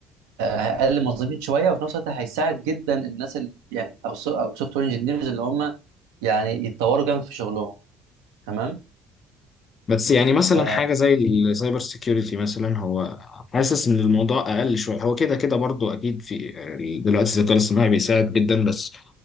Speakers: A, on the right (about 85°); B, on the left (about 40°).
A: آه، هيقلل الموظفين شوية وفي نفس الوقت هيساعد جدا الناس اللي يعني او سو- او سوفت وير انجينيرز اللي هم يعني يتطوروا جامد في شغلهم تمام
B: بس يعني مثلا
A: ف
B: حاجه زي السايبر سيكيورتي مثلا هو حاسس ان الموضوع اقل شويه هو كده كده برضو اكيد في دلوقتي الذكاء الاصطناعي بيساعد جدا بس